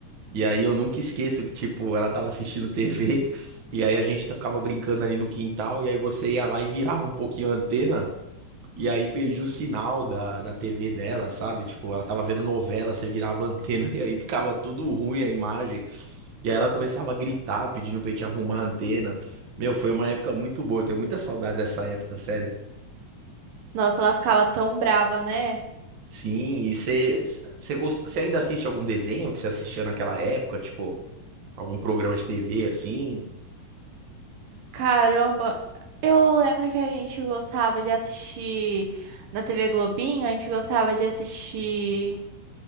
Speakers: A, on the right (about 55°); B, on the right (about 85°).
A: E aí eu nunca esqueço que, tipo, ela tava assistindo TV, <laughs> e aí a gente ficava brincando ali no quintal, e aí você ia lá e virava um pouquinho a antena, e aí perdia o sinal da, da TV dela, sabe? Tipo, ela tava vendo novela, você virava a antena, <laughs> e aí ficava tudo ruim a imagem. E aí ela começava a gritar, pedindo pra gente arrumar a antena. Meu, foi uma época muito boa, eu tenho muita saudade dessa época, sério.
B: Nossa, ela ficava tão brava, né?
A: Sim, e você você gost... você ainda assiste algum desenho que você assistia naquela época, tipo, algum programa de TV assim?
B: Caramba, eu lembro que a gente gostava de assistir na TV Globinho, a gente gostava de assistir.